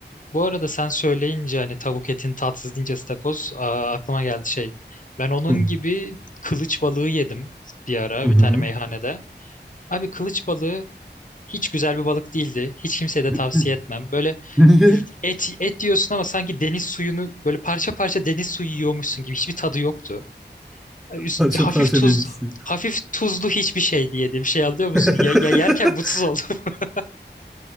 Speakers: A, on the left; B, in the centre.
A: bu arada sen söyleyince hani tavuk etin tatsız deyince istakoz aa, aklıma geldi şey. Ben onun
B: Hı
A: gibi kılıç balığı yedim bir ara
B: hı. hı.
A: bir tane meyhanede. Abi kılıç balığı Hiç güzel bir balık değildi. Hiç kimseye de
B: <laughs>
A: tavsiye etmem. Böyle
B: Niye?
A: et et diyorsun ama sanki deniz suyunu böyle parça parça deniz suyu yiyormuşsun gibi hiçbir tadı yoktu. Üst,
B: Parça
A: hafif
B: parça
A: tuz
B: deniz suyu.
A: hafif tuzlu hiçbir şey diye bir şey anlıyor musun?
B: <laughs>
A: Ya, ya yerken mutsuz oldum. <laughs>